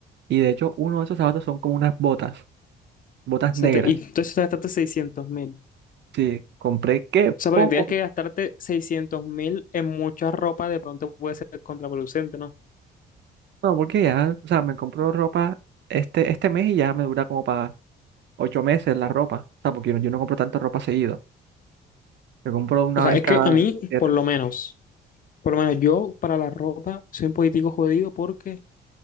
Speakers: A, on the right (about 60°); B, on the left (about 40°).
A: Y de hecho, uno de esos zapatos son como unas botas, botas
B: sea,
A: negras.
B: te- y entonces te gastaste seiscientos mil. O
A: Sí, compré qué
B: sea,
A: poco.
B: pero tienes que gastarte seiscientos mil en mucha ropa, de pronto puede ser contraproducente, ¿no?
A: No, porque ya, o sea, me compro ropa este, este mes y ya me dura como para ocho meses la ropa. O sea, porque yo no yo no compro tanta ropa seguido. Yo compro una
B: O sea,
A: vez
B: es
A: cada
B: que a mí,
A: siete.
B: por lo menos, por lo menos yo para la ropa soy un político jodido porque,